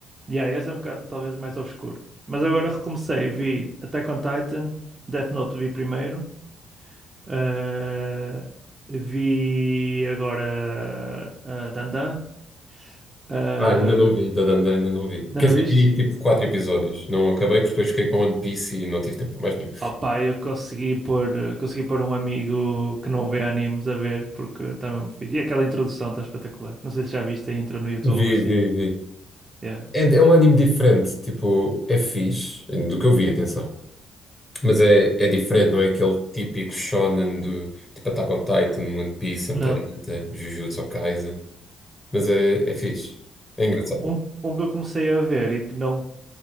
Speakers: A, on the right; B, on the left.
A: E yeah, esse é um bocado talvez mais obscuro. Mas agora recomecei, vi Attack on Titan, Death Note vi primeiro, Ah, vi agora ah, Dandan. Ah,
B: Ah, ainda não vi, da Dandan ainda não vi.
A: ainda
B: Quer
A: não
B: dizer,
A: viste?
B: vi tipo quatro episódios. Não acabei porque depois fiquei com One Piece e não tive tempo para mais nenhum.
A: Oh, pá, eu consegui pôr, consegui pôr um amigo que não vê animes a ver porque está mesmo fixe. E aquela introdução está espetacular. Não sei se já viste a intro no YouTube
B: Vi,
A: assim.
B: vi, vi.
A: Yeah.
B: É, é um anime diferente, tipo, é fixe, do que eu vi, atenção. Mas é, é diferente, não é aquele típico shonen do tipo Attack on Titan, One Piece,
A: Não.
B: Hunter x Hunter, Jujutsu Kaisen. Mas é, é fixe. É engraçado.
A: Um, um que eu comecei a ver e que não,